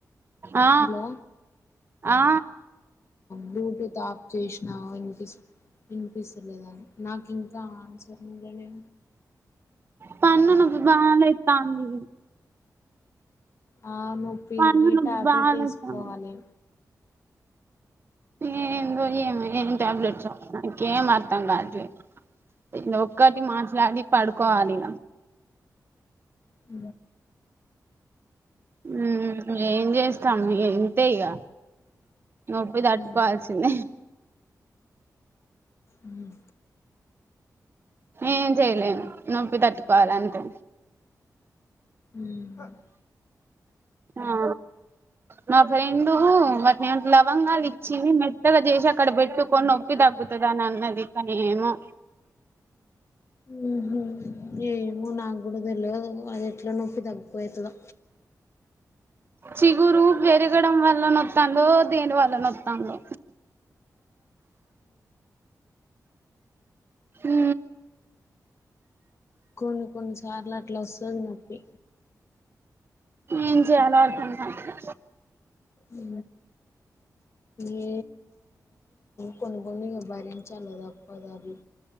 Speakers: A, on the right (about 35°); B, on the left (about 45°).
A: ఆ
B: హలో
A: ఆ
B: బ్లూటూత్ ఆఫ్ చేసినావు ఈ పిస్ వినిపిస్తలేద నాకు ఇంకా ఆన్సర్ ఇయ్యలేదు
A: పన్ను నాకు బాలేస్తాంది.
B: ఆ నొప్పిది
A: పన్ను నొప్పి
B: టాబ్లెట్
A: బాలేత్తాంది
B: వేసుకోవాలి.
A: ఏందో ఏమో ఏం ట్యాబ్లెట్సో నాకేం అర్తం కావట్లే ఇంగ ఒక్కటి మాట్లాడి పడుకోవాలిగ
B: ఊ
A: మ్మ్ ఏం చేస్తాం ఇగ ఇంతే ఇగ నొప్పి తట్టుకోవాల్సిందే
B: ఉమ్, ఉమ్,
A: ఏం చేయలేను నొప్పి తట్టుకోవాలంతే
B: ఉమ్.
A: ఆ మా ఫ్రెండు వాటినేమంటర్ లవంగాలు ఇచ్చింది మెత్తగా చేసి అక్కడ పెట్టుకొని నొప్పి తగ్గుతదని అన్నది కానీ ఏమో
B: ఉహు. ఏమో నాకు కూడా తెల్వదు అది ఎట్లా నొప్పి తగ్గిపోతదో
A: చిగురు పెరగడం వల్ల నొత్తందో దేని వల్ల నొత్తందో ఊ
B: కొన్ని కొన్నిసార్లు అట్లా వస్తది నొప్పి
A: ఏం చేయాలో అర్థం కావట్లే
B: ఉ ఏ కొన్ని కొన్ని భరించాలదాప్పదా అవి